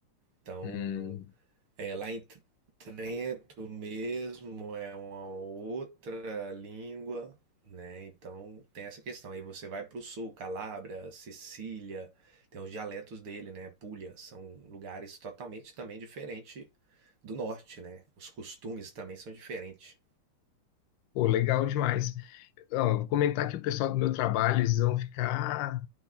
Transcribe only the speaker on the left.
Uhum.
Pô, legal demais. Ó, vou comentar que o pessoal do meu trabalho, eles vão ficar